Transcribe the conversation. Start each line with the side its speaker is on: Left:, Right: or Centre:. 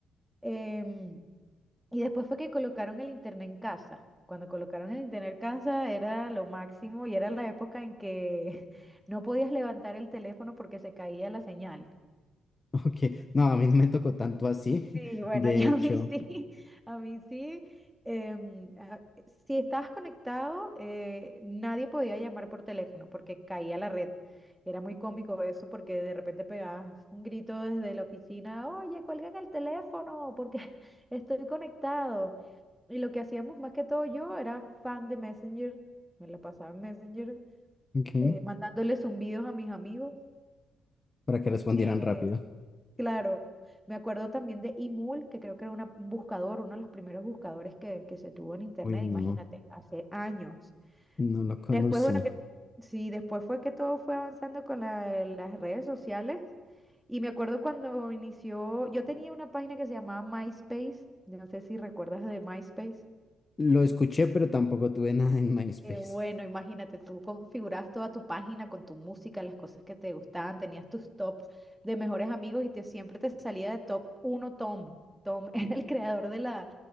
Centre: em, y después fue que colocaron el internet en casa. Cuando colocaron el internet en casa era lo máximo y era la época en que <laughs> no podías levantar el teléfono porque se caía la señal.
Left: Ok, no, a mí no me tocó tanto así, <laughs>
Centre: Sí, bueno,
Left: de
Centre: <laughs> yo
Left: hecho,
Centre: a mí sí, <laughs> a mí sí. em, a- si estabas conectado, eh, nadie podía llamar por teléfono porque caía la red. Era muy cómico eso porque de repente pegabas un grito desde la oficina, oye, cuelgan el teléfono porque <laughs> estoy conectado. Y lo que hacíamos más que todo yo era fan de Messenger, me la pasaba en Messenger,
Left: ok,
Centre: eh, mandándole zumbidos a mis amigos.
Left: para que respondieran
Centre: Eh,
Left: rápido.
Centre: Claro, me acuerdo también de Imul, que creo que era una- un buscador, uno de los primeros buscadores que, que se tuvo en internet,
Left: Uy, no,
Centre: imagínate, hace años.
Left: no lo conocí.
Centre: Después, bueno, que sí, después fue que todo fue avanzando con la- las redes sociales. Y me acuerdo cuando inició, yo tenía una página que se llamaba MySpace, no sé si recuerdas de MySpace.
Left: Lo escuché, pero tampoco tuve nada en MySpace.
Centre: Qué bueno, imagínate, tú configurabas toda tu página con tu música, las cosas que te gustaban, tenías tus top de mejores amigos y te siempre te salía de top uno Tom. Tom <laughs> era el creador de la,